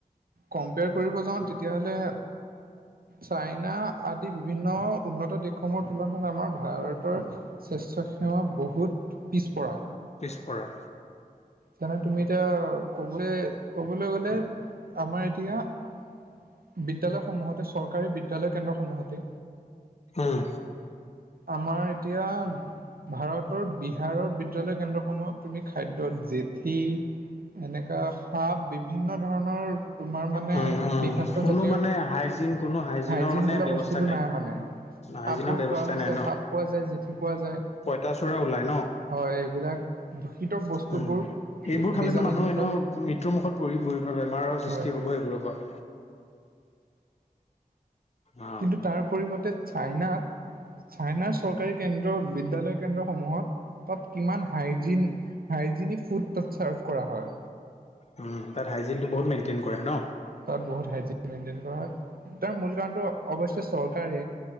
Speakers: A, on the right (about 85°); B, on the left (about 45°).
A: কম্পেয়াৰ কৰিব যাওঁ তেতিয়া হ'লে চাইনা আদি বিভিন্ন উন্নত দেশসমূহৰ তুলনাত আমাৰ ভাৰতৰ স্বাস্থ্য সেৱা বহুত পিছপৰা।
B: পিছপৰা।
A: জানা তুমি এতিয়া, ক'বলৈ, ক'বলৈ গ'লে, আমাৰ এতিয়া বিদ্যালয় সমূহতে, চৰকাৰী বিদ্যালয় কেন্দ্ৰসমূহতে।
B: উম।
A: আমাৰ এতিয়া, ভাৰতৰ বিহাৰৰ বিদ্যালয় কেন্দ্ৰসমূহত তুমি খাদ্যত, জেঠি, এনেকা সাপ বিভিন্ন ধৰণৰ তোমাৰ মানে,
B: উম উম
A: বিষাক্ত
B: কোনো
A: জাতীয়,
B: মানে হাইজিন কোনো হাইজিনৰ
A: হাইজিন
B: মানে
A: বোলা
B: ব্যৱস্থা
A: বস্তুটো নাই মানে।
B: হাইজিনৰ
A: সাপবোৰ
B: ব্যৱস্থা
A: পোৱা হৈছে,
B: নাই ন
A: সাপ পোৱা যায়, জেঠি পোৱা যায়।
B: পঁইতাচোৰা ওলাই ন
A: হয়, এইবিলাক দূষিত বস্তুবোৰ।
B: উম। এইবোৰ খালেতো
A: বীজাণুযুক্ত
B: মানুহ এনেও, মৃত্যুৰ মুখত পৰিব, বেমাৰৰ সৃষ্টি
A: হয়
B: হ'ব এইবোৰৰ পৰা। অ
A: কিন্তু, তাৰ পৰিৱৰ্তে চাইনাত চাইনাৰ চৰকাৰী কেন্দ্ৰ, বিদ্যয়ালয় কেন্দ্ৰসমূহত। তাত কিমান হাইজিন, হাইজিনিক ফুড তাত চাৰ্ভ কৰা হয়।
B: উম, তাত হাইজিনটো বহুত মেইনটেইন কৰে ন।
A: তাত বহুত হাইজিন মেইনটেইন কৰা হয়, তাৰ মূল কাৰণটো অৱশ্য চৰকাৰে।